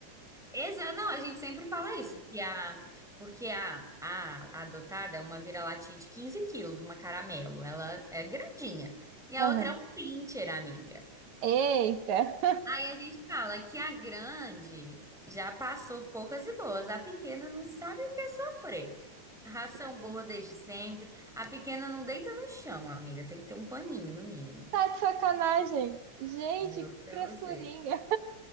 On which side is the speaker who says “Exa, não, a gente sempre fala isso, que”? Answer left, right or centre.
Centre